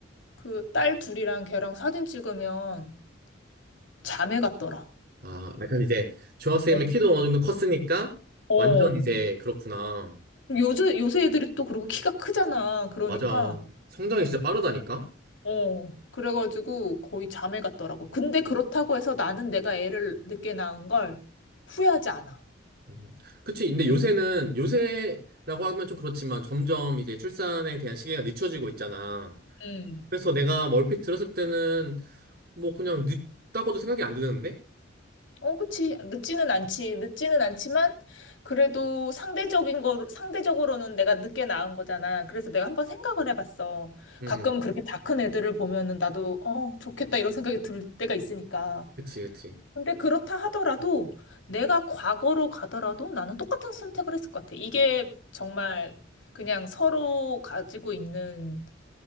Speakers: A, on the left; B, on the right.
A: 그 딸 둘이랑 걔랑 사진 찍으면 자매 같더라.
B: 아, 약간 이제 중학생이면
A: 어,
B: 키도 어느 정도 컸으니까
A: 어.
B: 완전 이제 그렇구나.
A: 요새, 요새 애들이 또 그리고 키가 크잖아. 그러니까.
B: 맞아. 성장이 진짜 빠르다니까?
A: 어, 그래가지고 거의 잠에 갔더라고. 근데 그렇다고 해서 나는 내가 애를 늦게 낳은 걸 후회하지 않아.
B: 음. 그치. 근데
A: 응,
B: 요새는, 요새라고 하면 좀 그렇지만 점점 이제 출산에 대한 시기가 늦춰지고 있잖아.
A: 응.
B: 그래서 내가 멀핏 들었을 때는 뭐 그냥 늦다고도 생각이 안 드는데?
A: 어, 그치. 늦지는 않지. 늦지는 않지만, 그래도 상대적인 거, 상대적으로는 내가 늦게 낳은 거잖아. 그래서 내가 한번 생각을 해봤어.
B: 음,
A: 가끔
B: 음.
A: 그렇게 다 큰 애들을 보면은 나도, 어, 좋겠다 이런 생각이 들 때가 있으니까.
B: 그치, 그치.
A: 근데 그렇다 하더라도 내가 과거로 가더라도 나는 똑같은 선택을 했을 것 같아. 이게 정말 그냥 서로 가지고 있는